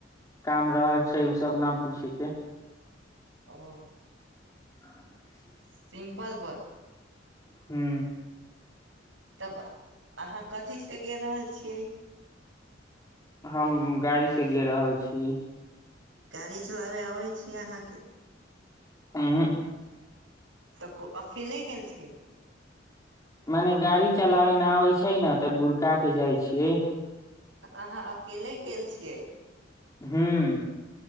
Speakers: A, on the left (about 20°); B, on the right (about 90°).
A: काम रहल छै उ सब नऽ पूछे के
B: ओ
A: <inaudible>
B: सिम्पल पर
A: हू
B: तब अहाँ कथी से गेल रहल छियै
A: हम गाड़ी से गे रहल छिये
B: गाड़ी चलाबे आबै छै अहाँके
A: उहूँ
B: तऽ को अकेले गेल छियै
A: माने गाड़ी चलाबे नऽ आबै छै ने तऽ गुड़का के जाइ छियै
B: अहाँ अकेले गेल छियै
A: हूँ